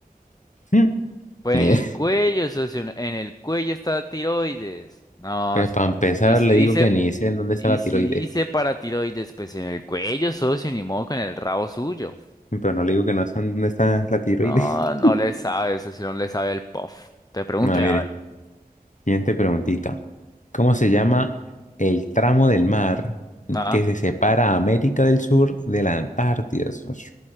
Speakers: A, on the left; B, on the left.
A: <laughs> Mm.
B: Pues
A: Ni
B: en
A: idea.
B: el cuello, socio, en el cuello está tiroides. No,
A: Pues
B: socio.
A: para empezar,
B: Y si
A: le
B: dice,
A: digo que ni sé en dónde
B: y
A: está la
B: si
A: tiroides,
B: dice para tiroides, pues en el cuello, socio, ni modo con el rabo suyo.
A: pero no le digo que no sé en dónde está la tiroides.
B: No,
A: <laughs>
B: no le sabe, socio, no le sabe el puff. Te pregunté,
A: No, mire,
B: a ver.
A: siguiente preguntita. ¿Cómo se llama el tramo del mar
B: Ah,
A: que se separa a América del Sur de la Antártida? socio?